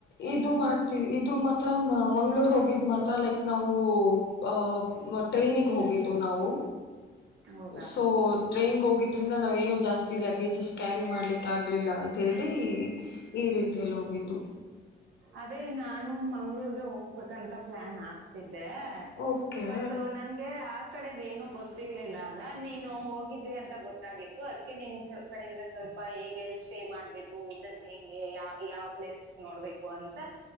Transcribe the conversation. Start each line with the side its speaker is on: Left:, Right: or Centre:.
Left: ಇದು ಮಾಡ್ತೀವಿ ಇದು ಮಾತ್ರ ಮಂಗ್ಳುರ್ಗೆ ಹೋಗಿದ್ದ ಮಾತ್ರ ಲೈಕ್ ನಾವು ಆ ಟ್ರೈನ್ಗೆ ಹೋಗಿದ್ದು ನಾವು
Right: ಹೌದಾ
Left: ಸೊ ಟ್ರೈನ್ಗೆ ಹೋಗಿದ್ರಿಂದ ನಾವೇನೂ ಜಾಸ್ತಿ ಲಗ್ಗೇಜಸ್ ಕ್ಯಾರಿ ಮಾಡ್ಲಿಕ್ಕೆ ಆಗಲಿಲ್ಲ ಅಂತೇಳಿ ಈ ರೀತಿಯಲ್ಲಿ ಹೋಗಿದ್ದು
Right: ಅದೇ ನಾನು ಮಂಗ್ಳುರ್ಗೆ ಹೋಗ್ಬೇಕಂತ ಪ್ಲಾನ್ ಆಗ್ತಿದ್ದೆ
Left: ಓಕೆ
Right: ಬಟ್ ನಂಗೆ ಆ ಕಡೆದ ಏನು ಗೊತ್ತಿರ್ಲಿಲ್ಲ ಅಲ್ಲ ನೀನು ಹೋಗಿದ್ವಿ ಅಂತ ಗೊತ್ತಾಗಿತ್ತು ಅದಕ್ಕೆ ನಿನ್ ಕಡೆಯಿಂದ ಸ್ವಲ್ಪ ಹೇಗೆ ಎಲ್ಲಿ ಸ್ಟೇ ಮಾಡ್ಬೇಕು ಊಟದ ಹೆಂಗೆ ಯಾವ ಯಾವ ಪ್ಲೇಸಸ್ ನೋಡ್ಬೇಕು ಅಂತ